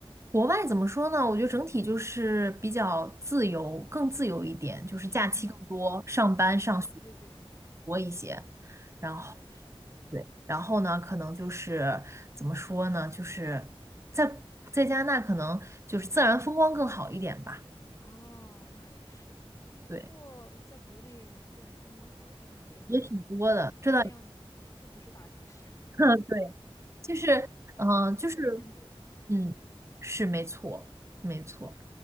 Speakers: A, on the right (about 25°); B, on the left (about 30°).
A: 国外怎么说呢？我觉得整体就是比较自由，更自由一点，就是假期更多，
B: 嗯，
A: 上班上学
B: 哦，对对对，
A: 多一些。然后
B: 那倒是。
A: 对，然后呢，可能就是怎么说呢？就是在在加拿大，可能就是自然风光更好一点吧。
B: 哦，那也是。
A: 对，
B: 不过，在国内自然风光好的地方也有，
A: 也挺多的，这倒也
B: 但那样就不是大城市，<laughs>
A: <laughs>
B: 是吗？
A: 对，就是，嗯、
B: 不可兼得。
A: 就是，嗯，是没错，没错。